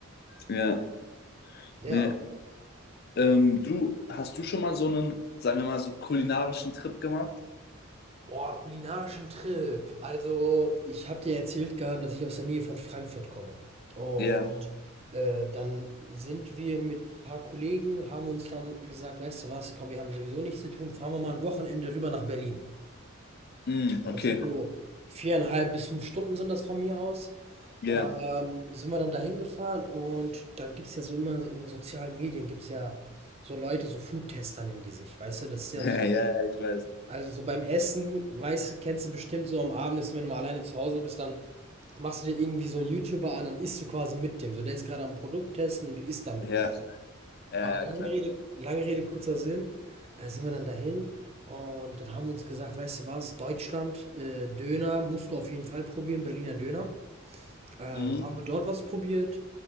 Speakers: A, on the left; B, on the right.
A: ja.
B: Ja.
A: Nee. Ähm, du, hast du schon mal so einen, sagen wir mal, so kulinarischen Trip gemacht?
B: Boah, kulinarischen Trip. Also, ich habe dir erzählt gehabt, dass ich aus der Nähe von Frankfurt komme. Und
A: Ja.
B: äh, dann sind wir mit ein paar Kollegen, haben uns dann gesagt, weißt du was, komm, wir haben sowieso nichts zu tun, fahren wir mal ein Wochenende rüber nach Berlin.
A: Mm, okay.
B: Das sind so viereinhalb bis fünf Stunden sind das von mir aus.
A: Ja. <laughs>
B: Ähm, sind wir dann dahin gefahren und dann gibt es ja so immer so in den sozialen Medien gibt es ja so Leute, so Foodtester nennen die sich, weißt du, das ist ja
A: Ja,
B: so schon.
A: ja, ich weiß.
B: Also so beim Essen, weißt du, kennst du bestimmt so am Abend, ist, wenn du mal alleine zu Hause bist, dann machst du dir irgendwie so einen YouTuber an, dann isst du quasi mit dem. So, der ist gerade am Produkt testen und du isst dann mit
A: Ja,
B: dem.
A: ja,
B: Ah,
A: ja,
B: lange
A: klar.
B: Rede, lange Rede, kurzer Sinn. Äh, sind wir dann dahin und dann haben wir uns gesagt, weißt du was, Deutschland, äh, Döner musst du auf jeden Fall probieren, Berliner Döner. Ähm,
A: Mhm.
B: haben wir dort was probiert.